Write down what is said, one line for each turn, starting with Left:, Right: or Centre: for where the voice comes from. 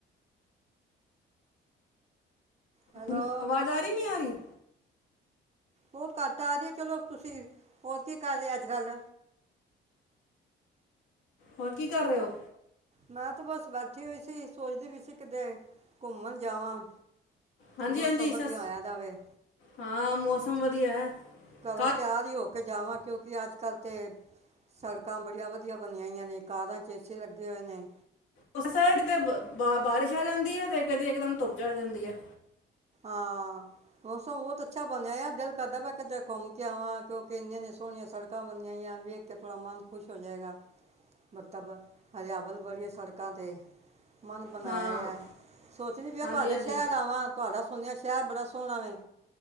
Right: ਹੈਲੋ
Left: ਹੁਣ ਆਵਾਜ਼ ਆ ਰਹੀ ਨਹੀਂ ਆ ਰਹੀ
Right: ਉਹ ਘਟ ਆ ਰਹੀ ਹੈ ਚਲੋ ਤੁਸੀਂ ਹੋਰ ਕੀ ਕਰ ਰਹੇ ਅੱਜ ਕੱਲ
Left: ਹੋਰ ਕੀ ਕਰ ਰਹੇ ਹੋ
Right: ਮੈਂ ਤੇ ਬਸ ਬੈਠੀ ਹੋਈ ਸੀ ਸੋਚਦੀ ਵੀ ਸੀ ਕਿਤੇ ਘੁੰਮਣ ਜਾਵਾਂ
Left: ਹਾਂਜੀ
Right: ਮੌਸਮ
Left: ਹਾਂਜੀ
Right: ਵਧੀਆ
Left: ਸ
Right: ਹੋਇਆ ਦਾ ਵੇ
Left: ਹਾਂ ਮੌਸਮ ਵਧੀਆ ਹੈ
Right: ਕਰਰੋਂ
Left: ਕੱਲ
Right: ਤਿਆਰ ਹੀ ਹੋ ਕੇ ਜਾਵਾਂ ਕਿਉਂਕਿ ਅੱਜ ਕੱਲ੍ਹ ਤੇ ਸੜਕਾਂ ਬੜੀਆਂ ਵਧੀਆ ਬਣੀਆਂ ਹੋਈਆਂ ਨੇ ਕਾਰਾਂ ਚ ਏਸੀ ਲੱਗੇ। ਜਣੇ
Left: ਉਸ ਸ ਕਿ ਤੇ, ਬ ਬਾਰਿਸ਼ ਆ ਜਾਂਦੀ ਹੈ, ਤੇ ਕਦੀ ਇਕਦਮ ਧੁੱਪ ਚੜ ਜਾਂਦੀ ਹੈ।
Right: ਹਾਂ ਮੌਸਮ ਬਹੁਤ ਅੱਛਾ ਬਣਿਆ ਆ ਦਿਲ ਕਰਦਾ ਪਿਆ ਕਿਤੇ ਘੁੰਮ ਕੇ ਆਵਾਂ ਕਿਉਂਕਿ ਇੰਨੀਆਂ-ਇੰਨੀਆਂ ਸੋਹਣੀਆਂ ਸੜਕਾਂ ਬਣੀਆਂ ਵੇਖ ਕੇ ਥੋੜਾ ਮਨ ਖੁਸ਼ ਹੋ ਜਾਏਗਾ। ਮਤਲਬ ਹਰਿਆਵਲ ਬੜੀ ਹੈ ਸੜਕਾਂ ਤੇ ਮਨ ਬਣਾਏ
Left: ਹਾਂ
Right: ਆ ਸੋਚਣੀ ਪਏ
Left: ਹਾਂਜੀ
Right: ਤੁਹਾਡੇ
Left: ਹਾਂਜੀ
Right: ਸ਼ਹਿਰ ਆਵਾਂ, ਸੁਣਿਆ ਸ਼ਹਿਰ ਬੜਾ ਸੋਹਣਾ ਵੇ,